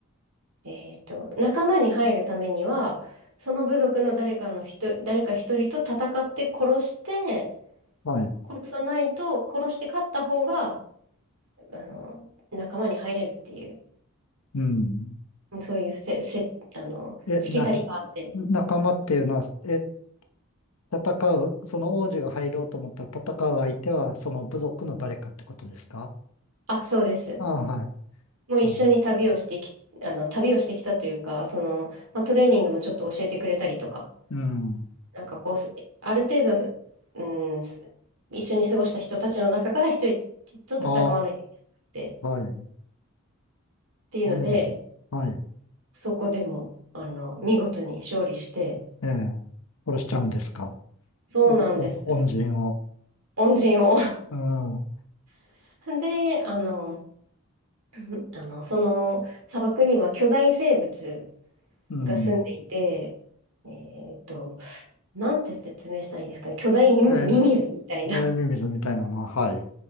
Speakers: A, on the right; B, on the left.
A: えっと、仲間に入るためには、その部族の誰かの人、誰か一人と戦って殺して、
B: はい、
A: 殺さないと、殺して勝った方が、あの、仲間に入れるっていう。
B: うん。
A: そういうせ、せ、あの、
B: え、
A: しきたりがあって。
B: な、仲間っていうのは、え、戦う、その王子が入ろうと思ったら戦う相手は、その部族の誰かってことですか
A: あ、そうです。
B: ああ、はい。
A: もう一緒に旅をしてき、
B: じゃあ、
A: あの、旅をしてきたというか、その、まあ、トレーニングもちょっと教えてくれたりとか、
B: うん、
A: なんかこう、すある程度、うん、す一緒に過ごした人たちの中から一人と戦わないといけ
B: あ
A: なくて、
B: あ、はい、
A: っていうので、
B: ええ、はい。
A: そこでも、あの、見事に勝利して、
B: ええ、殺しちゃうんですか。
A: そうなんです。
B: お、お、恩人を。
A: 恩人を。
B: うん、
A: <laughs> で、あの、<laughs> あの、その砂漠には巨大生物
B: うん。
A: が住んでいて、えーっと、なんて説明したらいいですかね。巨大ミミミズみたいな
B: ええ、冷ミミズみたいなのは、はい。